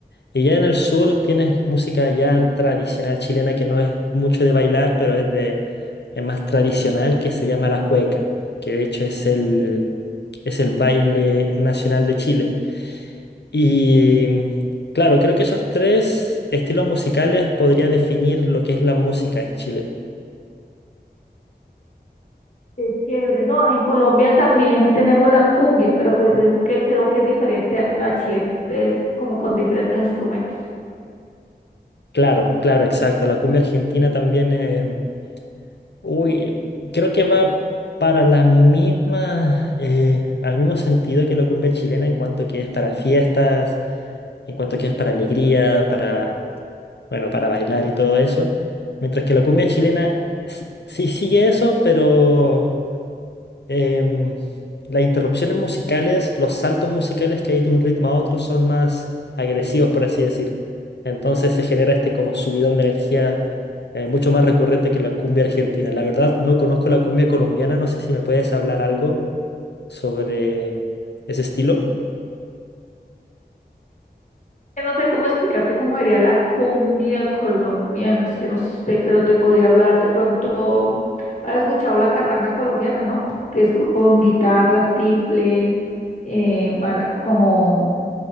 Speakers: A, on the left; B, on the left.
A: Y ya en el sur tienes música ya tradicional chilena que no es mucho de bailar, pero es de es más tradicional que se llama la cueca, que de hecho es el es el baile nacional de Chile. Y claro, creo que esos tres estilos musicales podría definir lo que es la música en Chile.
B: Qué chévere. No, en Colombia también tenemos la cumbia, pero pues es que creo que es diferente a la chilena. Es como con diferentes instrumentos.
A: Claro, claro, exacto. La cumbia argentina también eh, Uy, creo que va para la misma, eh, al mismo sentido que la cumbia chilena en cuanto que es para fiestas, en cuanto que es para alegría, para, bueno, para bailar y todo eso. Mientras que la cumbia chilena s- sí sigue eso, pero em, las interrupciones musicales, los saltos musicales que hay de un ritmo a otro son más agresivos, por así decir. Entonces se genera este como subidón de energía eh, mucho más recurrente que la cumbia argentina. La verdad, no conozco la cumbia colombiana, no sé si me puedes hablar algo sobre ese estilo.
B: Que no sé cómo explicarte cómo sería la cumbia colombiana. Es que no sé, pero te podría hablar de pronto. ¿Has escuchado la carranga colombiana, no? Que es con guitarra, tiple, eh, mara- como,